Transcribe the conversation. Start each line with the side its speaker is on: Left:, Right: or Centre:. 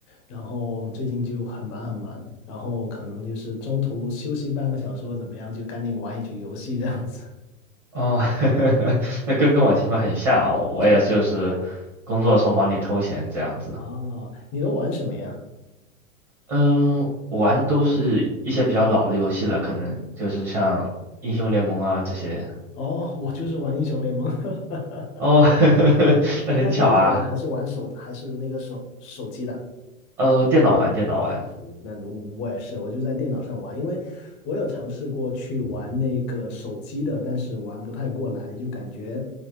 Left: 然后最近就很忙很忙，然后可能就是中途休息半个小时或怎么样，就赶紧玩一局游戏这样子。<laughs>
Right: 哦，<laughs> 那跟跟我情况很像，我也就是
Left: 是，
Right: 工作的时候忙里偷闲这样子。
Left: 哦，你都玩什么呀？
Right: 嗯，我玩都是一些比较老的游戏了，可能就是像英雄联盟啊这些。
Left: 哦，我就是玩英雄联盟。<laughs>
Right: 哦，<laughs>
Left: 你是在电脑玩还是玩手还是那个手手机的？
Right: 那很巧啊。呃，电脑玩，电脑玩。
Left: 嗯那我也是，我就在电脑上玩，因为我有尝试过去玩那个手机的，但是玩不太过来，就感觉